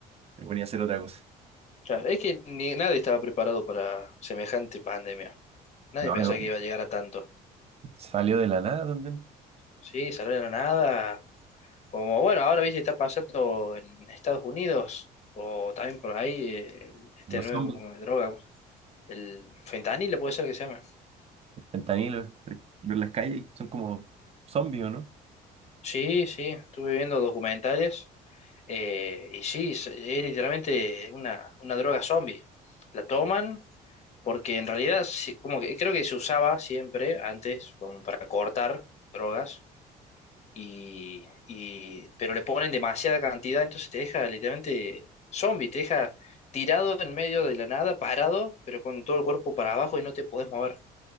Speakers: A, on the right; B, on the left.
A: me ponía a hacer otra cosa.
B: Claro, es que ni, nadie estaba preparado para semejante pandemia. Nadie
A: No,
B: pensaba
A: yo-
B: que iba a llegar a tanto.
A: salió de la nada también.
B: Sí, salir a la nada, Como bueno, ahora viste, está pasando en Estados Unidos, o también por ahí, eh, el- este
A: Los
B: nuevo
A: zombies,
B: como de droga, el fentanilo puede ser que se llame.
A: fentanilo, ver las calles son como zombies, ¿o ¿no?
B: Sí, sí, estuve viendo documentales, eh, y sí, es, es literalmente una, una droga zombie. La toman porque en realidad, sí, como que creo que se usaba siempre antes como para cortar drogas, y, y- pero le ponen demasiada cantidad, entonces te deja literalmente zombie, te deja tirado en medio de la nada, parado, pero con todo el cuerpo para abajo y no te podés mover.